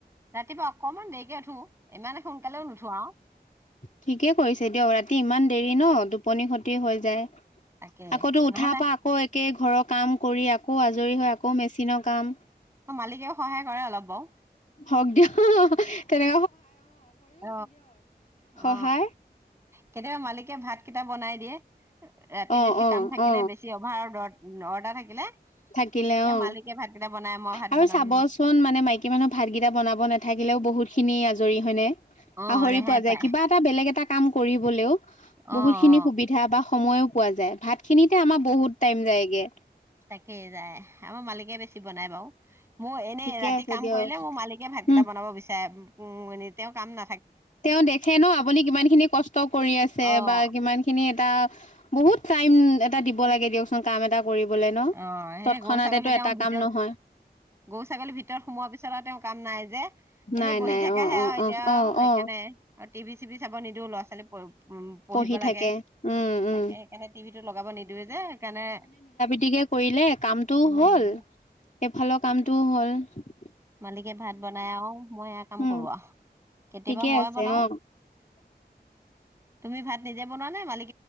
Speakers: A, on the right; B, on the left.
A: ৰাতিপুৱা অকণমান দেৰিকে উঠোঁ। ইমান সোনকালেও নুঠোঁ আৰু
B: ঠিকেই কৰিছে দিয়ক। ৰাতি ইমান দেৰি ন'। টোপনি ক্ষতি হৈ যায়
A: তাকে
B: আকৌতো উঠাৰ
A: নহলে
B: পৰা আকৌ এক কে, ঘৰৰ কাম কৰি আ আকৌ আজৰি হয়। আকৌ মেচিনৰ কাম
A: অ মালিকেও সহায় কৰে অলপ বাৰু
B: হক দিয়া তেনেকে
A: অ
B: সহায়
A: অ কেতিয়াবা মালিক ভাত কেইটা বনাই দিয়ে ৰাতি
B: অ
A: বেছি
B: অ
A: কাম থাকিলে
B: অ
A: বেছি অভাৰৰ ৰ'দ ত নটা থাকিলে
B: থাকিলে অ
A: এ মালিকে ভাতকেইটা বনাই মই ভাত
B: আৰু
A: বনাম
B: চাবচোন মানে মাইকী মানুহ ভাতকেইটা বনাব নাথাকিলেও বহুত খিনি আ আজৰি হয় নে
A: অ
B: আহৰি
A: ৰেহাই
B: পোৱা
A: পায়
B: যায় কিবা এটা বলেগ এ কাম কৰিবলৈও
A: অ
B: বহুত খিনি
A: অ
B: সুবিধা বা সময়ো পোৱা যায় ভাত খিনিতে আমাৰ বহুত টাইম যায়গে
A: তাকে যায় আমাৰ মালিকে বেছি বনাই বাৰু মোৰ এনেই
B: ঠিকে
A: ৰাতি
B: আছে
A: কাম
B: দিয়ক
A: কৰিলে মোৰ মালিকে ভাতকেইটা
B: উম
A: বনাব বিচাৰে উম তেওঁ কাম ন
B: তেওঁ দেখে ন আপুনি কিমান খিনি কষ্ট কৰি আছে
A: অ
B: বা কিমান খিনি এটা বহুত টাইম এটা দিব লাগে দিয়কচোন কাম এটা কৰিবলে ন
A: অ সেই
B: তৎক্ষণাতেতো
A: গৰু ছাগলী তেওঁ
B: এটা
A: ভিতৰত
B: কাম নহয়
A: গৰু ছাগলী ভিতৰত সোমোৱাৰ পিছত আৰু তেওঁ কাম নাই যে এনেই
B: নাই
A: বহি
B: নাই
A: থাকাহে
B: অ অ
A: আৰু এতিয়া
B: অ
A: আৰু
B: অ
A: সেইকাৰণে
B: অ
A: টিভি চিভি চাব নিদিও ল'ৰা‌-ছোৱালী উ পঢ়িব
B: পঢ়ি
A: লাগে
B: থাকে উম
A: তাকে
B: উম
A: সেইকাৰণে টিভিটো লগাব নিদিওঁ যে সেইকাৰণে
B: গতিকে কৰিলে কামটোও
A: উম
B: হ'ল সেইফালৰ কামটোও হ'ল উম <unintelligible>
A: মালিকে ভাত বনাই আৰু মই এয়া কাম
B: উম
A: কৰো আ কেতিয়াবা
B: ঠিকে
A: মই
B: আছে
A: বনাও
B: অ
A: তুমি ভাত নিজে বনোৱানে মালিক